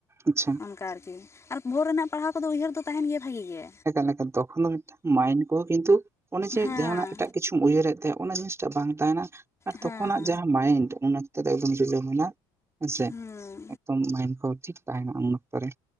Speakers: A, on the right; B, on the left.
A: ᱟᱪᱪᱷᱟ
B: ᱚᱱᱠᱟ ᱟᱨᱠᱤ ᱟᱨ ᱵᱷᱳᱨ ᱨᱮᱱᱟᱜ ᱯᱟᱲᱦᱟᱣ ᱠᱚᱫᱚ ᱩᱭᱦᱟᱹᱨ ᱫᱚ ᱛᱟᱦᱮᱱ ᱜᱮᱭᱟ ᱵᱷᱟᱜᱤ ᱜᱮ
A: ᱮᱠᱟᱞ ᱮᱠᱟᱞ ᱛᱚᱠᱷᱚᱱ ᱫᱚ ᱢᱤᱫ ᱴᱟᱝ ᱢᱟᱭᱤᱱᱰ ᱠᱚᱦᱚᱸ ᱠᱤᱱᱛᱩ ᱚᱱᱮ ᱡᱮ
B: ᱦᱮᱸ
A: ᱡᱟᱦᱟᱱᱟᱜ ᱮᱴᱟᱜ ᱠᱤᱪᱷᱩ ᱩᱭᱦᱟᱹᱨᱮᱫ ᱛᱟᱦᱮᱸᱫ ᱚᱱᱟ ᱡᱤᱱᱤᱥ ᱴᱟ ᱵᱟᱝ ᱛᱟᱦᱮᱱᱟ ᱟᱨ
B: ᱦᱮᱸ
A: ᱛᱚᱠᱷᱚᱱᱟᱜ ᱡᱟᱦᱟᱸ ᱢᱟᱭᱤᱱᱰ ᱚᱱᱟ ᱛᱮᱫᱚ ᱮᱠᱫᱚᱢ <unintelligible> ᱦᱮᱸᱥᱮ
B: ᱦᱮᱸ
A: ᱮᱠᱫᱚᱢ ᱢᱟᱭᱤᱱᱰ ᱠᱚᱦᱚᱸ ᱴᱷᱤᱠ ᱛᱟᱦᱮᱱᱟ ᱩᱱ ᱚᱠᱛᱚ ᱨᱮ